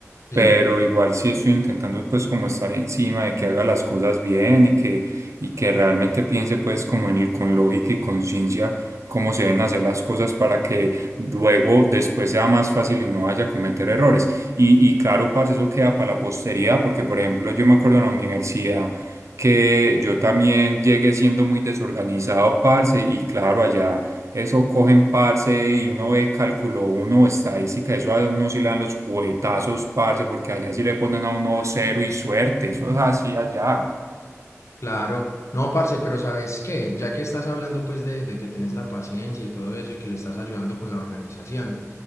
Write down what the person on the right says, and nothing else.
pero igual sí estoy intentando pues como estar encima de que haga las cosas bien y que, y que realmente piense pues como en el, con lógica y conciencia cómo se deben hacer las cosas para que Luego, después sea más fácil y no vaya a cometer errores. Y, y claro, parce, eso queda para la posteridad, porque por ejemplo, yo me acuerdo en la universidad que yo también llegué siendo muy desorganizado, parce, y claro, allá eso cogen, parce, y uno ve cálculo uno, estadística, eso a uno sí le dan los juguetazos, parce, porque allá sí le ponen a uno cero y suerte, eso es así allá.